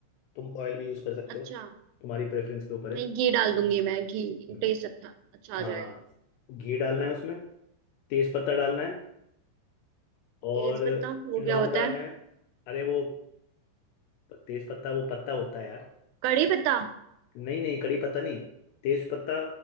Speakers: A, on the left; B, on the right.
A: तुम ऑयल भी यूज़ कर सकते
B: अच्छा
A: हो तुम्हारी प्रेफरेंस के ऊपर
B: नहीं
A: है
B: घी डाल दूंगी मैं घी
A: हम्म।
B: टेस्ट अच्छा अच्छा आ जाएगा
A: हाँ घी डालना है उसमें तेज पत्ता डालना है और
B: तेज पत्ता वो
A: लौंग
B: क्या होता
A: डालना
B: है
A: है अरे वो तेज पत्ता वो पत्ता होता है यार
B: कड़ी पत्ता
A: नहीं नहीं कड़ी पत्ता नहीं तेज पत्ता